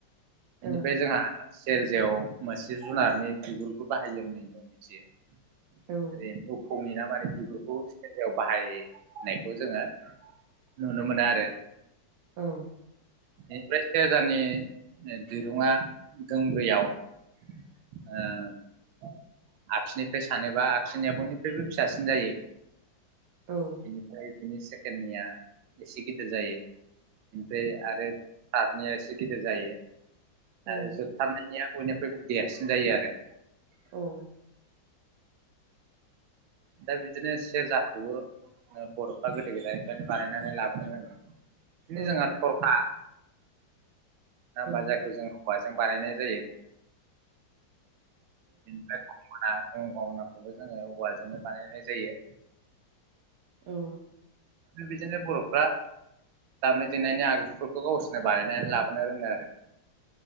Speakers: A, on the right; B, on the right.
A: बिनिफ्राय
B: औ
A: जोंहा सेरजायाव मोनासे जुनारनि बिगुरबो बाहायो होननानै जों मिथियो। <unintelligible>
B: औ ओं
A: मोफौनि ना माने बिगुरखौ सेरजायाव बाहायनायखौ जोङो नुनो मोनो आरो।
B: औ।
A: बेनिफ्राय सेरजानि ओ दिरुङा दोंब्रैयाव
B: <inaudible>
A: ओ आगसिनिफ्राय सानोबा आगसिनिया बयनिख्रबो फिसासिन जायो।
B: औ।
A: बेनिफ्राय बिनि सेकेणडनिया एसे गिदिर जायो बेनिफ्राय आरो थार्दनिया एसे गिदिर जायो आरो
B: औ ओं
A: जोबथारनायनिया बयनिख्रुइबो देरसिन जायो आरो।
B: औ।
A: दा बिदिनो सेरजाखौवो बर'फ्रा गोदो गोदायनिफ्रायनो बानायनानै लाबोनो रोङो बिदिनो
B: ओं
A: जोंहा थरखा ना होमबा
B: औ
A: जायखौ जोङो हौवाजों बानायनाय जायो। बेनिफ्राय गना गंगनाखौबो जोङो औवाजोंनो बानायनाय जायो।
B: औ।
A: बिदिनो बर'फ्रा दामनाय देनायनि आगजुफोरखौ गावसोरनो बानायनानै लाबोनो रोंदों आरो।